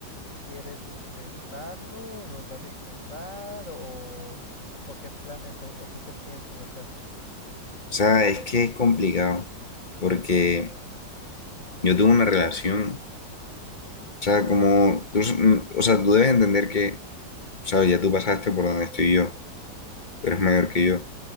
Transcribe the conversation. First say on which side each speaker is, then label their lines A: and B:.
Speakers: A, on the left; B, on the left.
A: ¿Quieres intentarlo, volverlo a intentar o, o qué planes o, o tú qué piensas hacer?
B: O sea, es que es complicado, porque yo tuve una relación, o sea, como, tú, s- mm, o sea, tú debes entender que, o sea, ya tú pasaste por donde estoy yo, tú eres mayor que yo.